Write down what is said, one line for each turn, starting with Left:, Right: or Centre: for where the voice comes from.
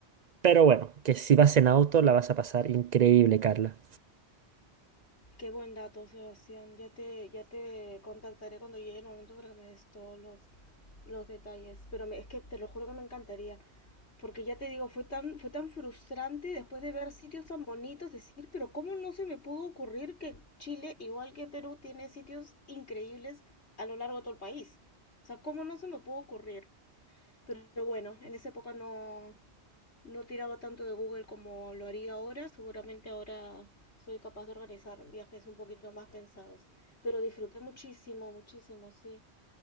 Right: Pero bueno, que si vas en auto la vas a pasar increíble, Carla.
Left: Qué buen dato, Sebastián. Ya te, ya te contactaré cuando llegue el momento para que me des todos los, los detalles. Pero me- es que te lo juro que me encantaría. Porque ya te digo, fue tan, fue tan frustrante después de ver sitios tan bonitos, decir, pero ¿cómo no se me pudo ocurrir que Chile, igual que Perú, tiene sitios increíbles a lo largo de todo el país? O sea, ¿cómo no se me pudo ocurrir? Pero bueno, en esa época no, no tiraba tanto de Google como lo haría ahora. Seguramente ahora soy capaz de organizar viajes un poquito más pensados. Pero disfruté muchísimo, muchísimo, sí.